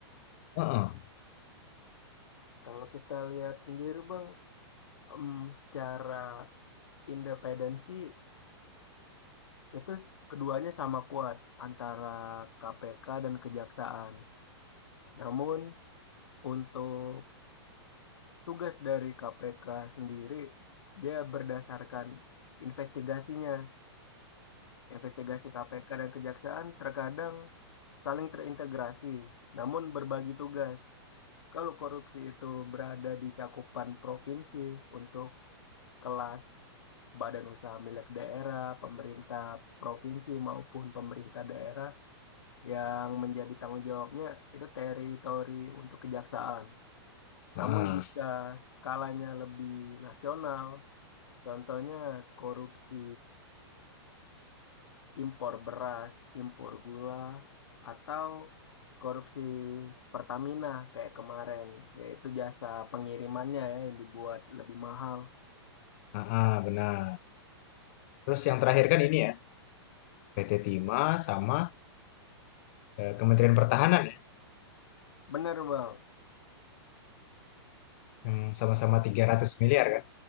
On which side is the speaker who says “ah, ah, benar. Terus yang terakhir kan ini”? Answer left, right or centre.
Left